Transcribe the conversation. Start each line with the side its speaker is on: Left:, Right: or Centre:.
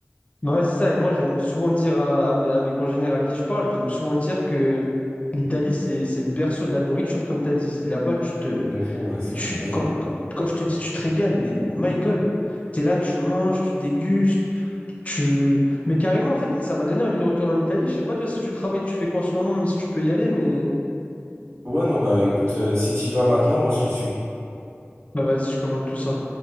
Left: Bah ouais, c'est ça. Et moi, j'aime souvent dire à, à mes, à mes congénères à qui je parle, j'aime souvent dire que l'Italie, c'est c'est le berceau de la nourriture, comme tu as dit. Là-bas, tu te,
Right: Honnêtement, ouais, c'est
Left: Mais tu,
Right: incroyable.
Left: quand, quand- quand je te dis tu te régales, mais, mais my God, t'es là, tu manges, tu dégustes, tu... Mais carrément, en fait, ça m'a donné envie de retourner en Italie. Je sais pas toi si tu travailles, tu fais quoi en ce moment, mais si tu peux y aller, mais...
Right: Ouais, non, bah écoute, euh, si t'y vas maintenant, moi je te suis.
Left: Bah vas-y, je commande tout ça.